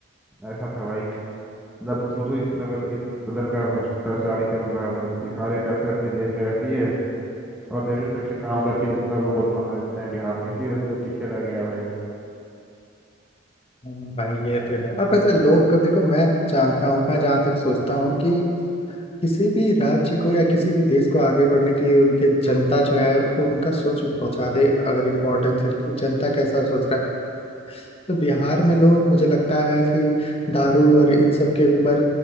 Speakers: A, in the centre; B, on the left (about 30°).
A: ऐसा था भाई मतलब सोचो इस लेवल इस कदर का भ्रष्टाचारी चल रहा है उधर कि सारे पैसे अपने जेब में रख लिए और जैसे तैसे काम करके जनता को मूर्ख बना देते हैं बिहार में इसी वजह से तो पीछे रह गया भाई
B: हाँ, भाई ये तो है और वैसे लोग को देखो मैं जानता हूँ मैं जहाँ तक सोचता हूँ कि किसी भी राज्य को या किसी भी देश को आगे बढ़ने के लिए उनके जनता जो है उनका सोच बहुत ज्यादा अगर इम्पोर्टेंस है कि जनता कैसा सोच रहा है तो बिहार में लोग मुझे लगता है कि दारू और इन सब के ऊपर